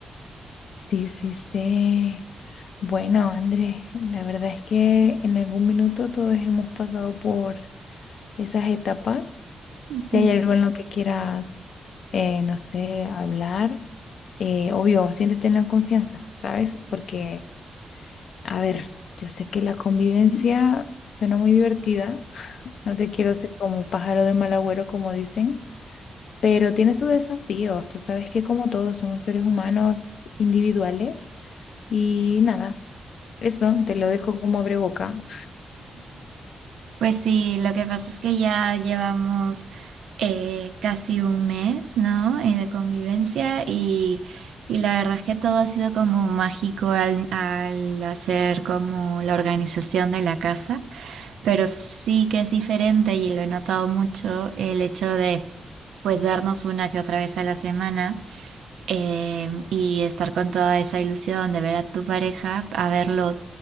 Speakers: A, on the left; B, on the right.
A: Sí, sí, sí. Bueno, André, la verdad es que en algún minuto todos hemos pasado por esas etapas.
B: <laughs> Ujú.
A: Si hay algo en lo que quieras, eh, no sé, hablar, eh, obvio, siéntete en la confianza, ¿sabes? Porque, a ver, yo sé que la convivencia suena muy divertida. <laughs> No te quiero hacer como un pájaro de mal agüero, como dicen. Pero tiene sus desafíos. Tú sabes que como todos somos seres humanos individuales y nada, eso te lo dejo como abre boca.
B: Pues sí, lo que pasa es que ya llevamos eh, casi un mes, ¿no? Eh, de convivencia y, y la verdad es que todo ha sido como mágico al, al hacer como la organización de la casa. Pero sí que es diferente y lo he notado mucho el hecho de pues vernos una que otra vez a la semana eh, y estar con toda esa ilusión de ver a tu pareja a verlo